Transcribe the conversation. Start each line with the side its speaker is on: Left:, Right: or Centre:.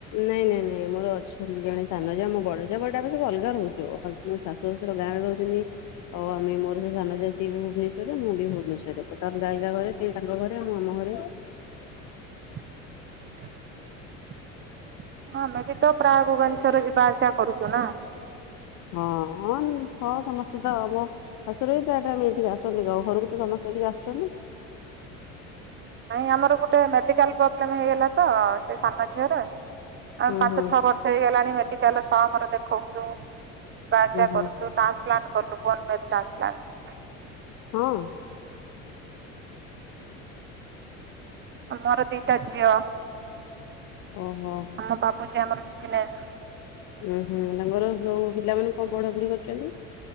Left: ନାଇଁ ନାଇଁ ନାଇଁ, ମୋର ଅଛନ୍ତି ଜଣେ ସାନ ଯା, ମୋ ବଡ ଯା, ବଟ୍ ଆମେ ସବୁ ଅଲଗା ରହୁଚୁ। ମୋ ଶାଶୁ, ଶଶୁର ଗାଁ ରେ ରହୁଚନ୍ତି। <unintelligible>
Right: ହଲ ହଁ, ଆମେ ବି ତ ପ୍ରାୟ ଭୁବନେଶ୍ଵର ଯିବା ଆସିଆ କରୁଚୁ ନା।
Left: ହଁ, ହଁ, ହ ସମସ୍ତେ ତ ମୁଁ। ଶାଶୁର ବି ପ୍ରାୟ ଟାଇମ୍ ଏଠିକି ଆସନ୍ତି ଆ ଘରୁକୁ ତ ସମସ୍ତେ ଏଇଠିକି ଆସୁଚନ୍ତି।
Right: ନାଇଁ, ଆମର ଗୋଟେ ମେଡିକାଲ ପ୍ରୋବ୍ଲେମ ହେଇଗଲା ତ ସେ ସାନ ଝିଅର ଆମେ
Left: ହୁଁ
Right: ପାଞ୍ଚ,
Left: ହୁଁ।
Right: ଛଅ ବର୍ଷ। ଷ ହେଇଗଲାଣି ମେଡିକାଲ ସମ୍ ରେ ଦେଖାଉଛୁ ଯିବା ଆସିବା
Left: ଉୁଁ ହୁଁ
Right: କରୁଚୁ। <unintelligible>
Left: ହଁ।
Right: ଆ ମୋର ଦିଟା ଝିଅ।
Left: ଓହୋ।
Right: ଆମ ବାବୁଚି ଆମର ବିଜନେସ୍।
Left: ଓୁଁ, ହୁଁ ତାଙ୍କର ସବୁ ପିଲାମାନେ କଣ ପଢା ପଢି କରିଚନ୍ତି?